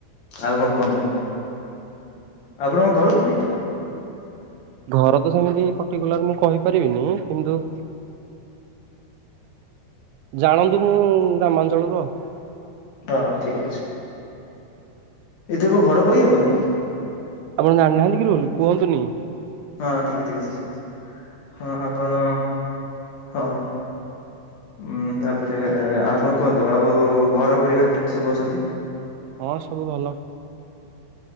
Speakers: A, on the left; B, on the right.
A: ଆଉ କଣ କୁହନ୍ତୁ ଆପଣଙ୍କ ଘର କୋଉଠି?
B: ଘର ତ ସେମିତି ପର୍ଟିକୁଲାର ମୁଁ କହିପାରିବିନି, କିନ୍ତୁ ଜାଣନ୍ତୁ ମୁଁ ଗ୍ରାମାଞ୍ଚଳରୁ ଆଉ।
A: ହଁ ଠିକ୍ ଅଛି, ଏଥିରେ କଣ ଘର କହିହବନି?
B: ଆପଣ ଜାଣି ନାହାଁନ୍ତି କି ରୁଲ୍ କୁହନ୍ତୁନି?
A: ହଁ ଠିକ୍ ଅ ଠିକ୍ ଅଛି ଠିକ୍ ଅଛି ହଁ ଆପଣ ହଉ। ଉଁ ତାପରେ ଆଉ କଣ କୁହନ୍ତୁ ଆଉ ଘର ପରିବାର କେମିତି ସବୁ ଅଛନ୍ତି?
B: ହଁ ସବୁ ଭଲ।